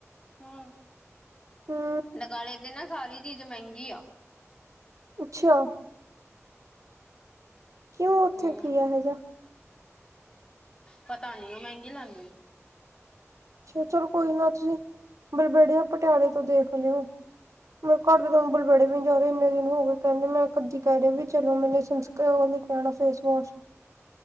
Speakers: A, on the left; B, on the right.
A: ਹਮ,
B: ਹਮ
A: ਨਕਾਲੇ ਦੀ ਨਾ ਸਾਰੀ ਚੀਜ਼ ਮਹਿੰਗੀ ਆ।
B: ਅੱਛਾ। ਕਿਉਂ ਉੱਥੇ
A: ਹੂੰ
B: ਕੀ ਆ ਇਹੋ ਜਿਹਾ?
A: ਪਤਾ ਨੀ ਉਹ ਮਹਿੰਗੀ ਲਾਂਦੇ ਨੇ।
B: ਅੱਛਾ, ਚਲੋ ਕੋਈ ਨਾ, ਤੁਸੀਂ ਬਲਬੇੜੀਆ, ਪਟਿਆਲੇ ਤੋਂ ਦੇਖ ਲਿਓ। ਮੇਰੇ ਘਰ ਦੇ ਬਲਬੜੇ ਵੀ ਨਹੀਂ ਜਾ ਰਹੇ ਇੰਨੇ ਦਿਨ ਹੋ ਗਏ ਕਹਿੰਦੇ ਮੈਂ ਕੱਦ ਦੀ ਕਹਿ ਰਹੀ ਵੀ ਚਲੋ ਮੈਨੇ ਸੰਨ ਤੇ ਉਹ ਲੈ ਕੇ ਆਉਣਾ ਫੇਸ ਵਾਸ਼।